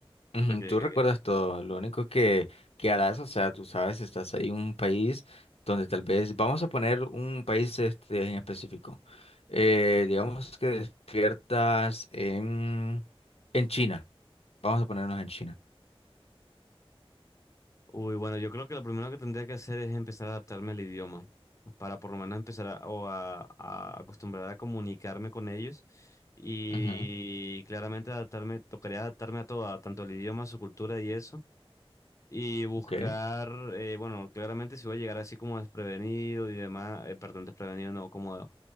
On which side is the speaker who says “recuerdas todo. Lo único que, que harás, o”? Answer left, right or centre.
Left